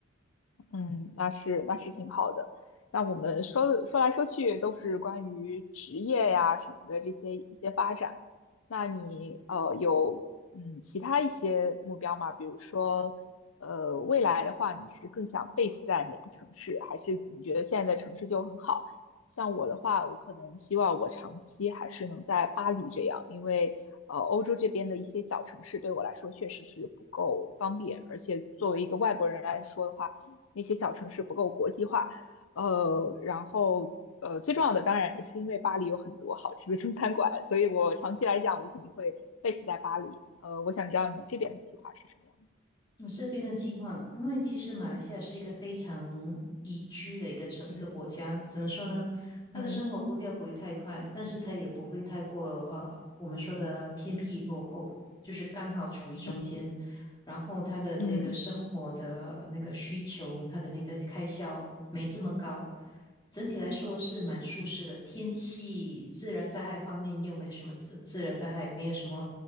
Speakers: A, on the left; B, on the left.
A: 嗯，那是那是挺好的。那我们说说来说去都是关于职业呀什么的这些一些发展。那你呃有嗯其他一些目标吗？比如说呃未来的话，你是更想 base 在哪个城市，还是你觉得现在的城市就很好？像我的话，我可能希望我长期还是能在巴黎这样，因为呃欧洲这边的一些小城市对我来说确实是不够方便，而且作为一个外国人来说的话。那些小城市不够国际化。呃，然后呃，最重要的当然也是因为巴黎有很多好吃的中餐馆，所以我长期来讲，我肯定会 base 在巴黎。呃，我想知道你这边的计划是什么样的？
B: 我这边的计划，因为其实马来西亚是一个非常宜居的一个城一个国家，
A: 嗯
B: 怎么说呢？他的生活步调不会太快，
A: 嗯
B: 但是他也不会太过呃我们说的偏僻落后，就是刚好处于中间。
A: 嗯
B: 然后他的这个生活的那个需求，
A: 嗯
B: 他的那个开销没这么高，整体来说是蛮舒适的。天气、自然灾害方面又没有什么自自然灾害，没有什么